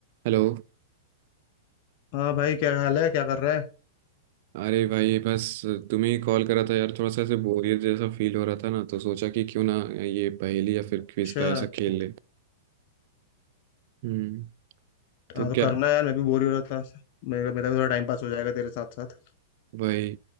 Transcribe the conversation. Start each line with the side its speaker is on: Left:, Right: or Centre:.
Right: हेलो
Left: हाँ भाई क्या हाल है क्या कर रहा है
Right: अरे भाई बस तुम्हें ही कॉल करा था यार थोड़ा सा ऐसे बोरियत जैसा फील हो रहा था ना तो सोचा कि क्यों ना ये पहेली या फिर
Left: अच्छा
Right: क्विज का ऐसा
Left: त-
Right: खेल
Left: त-
Right: ले हम्म तो
Left: हाँ तो
Right: क्या
Left: करना है यार मैं भी बोर ही हो रहा था मेरा मेरा भी थोड़ा टाइम पास हो जाएगा तेरे साथ साथ
Right: भाई